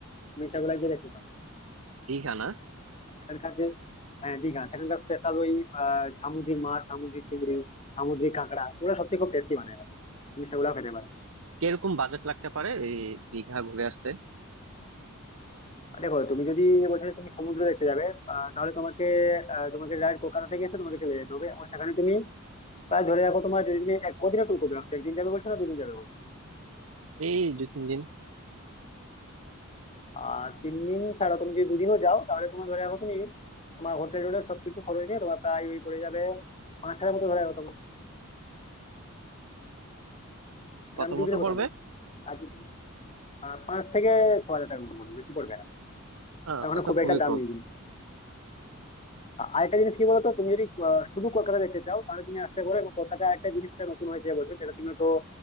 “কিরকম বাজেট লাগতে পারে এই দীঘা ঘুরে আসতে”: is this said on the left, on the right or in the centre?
Right